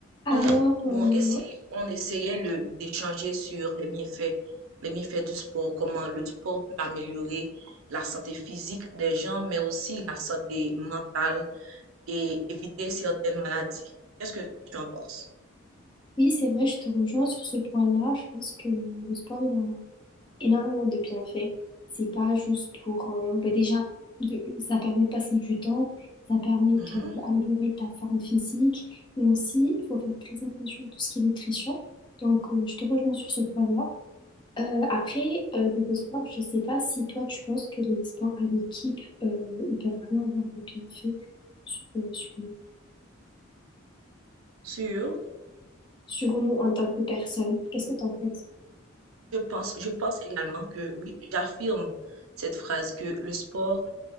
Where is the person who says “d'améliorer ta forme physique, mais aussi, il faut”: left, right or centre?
Left